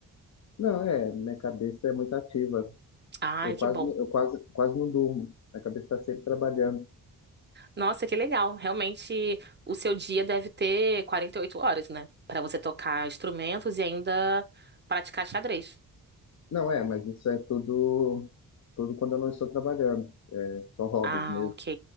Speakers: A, on the left; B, on the right.
A: Não, é, minha cabeça é muito ativa.
B: Ai,
A: Eu
B: que
A: quase,
B: bom.
A: eu quase, quase não durmo. Minha cabeça está sempre trabalhando.
B: Nossa, que legal. Realmente, o seu dia deve ter 48 horas, né? Pra você tocar instrumentos e ainda praticar xadrez.
A: Não, é, mas isso é tudo, tudo quando eu não estou trabalhando. É, são hobbies
B: Ah,
A: mesmo.
B: ok.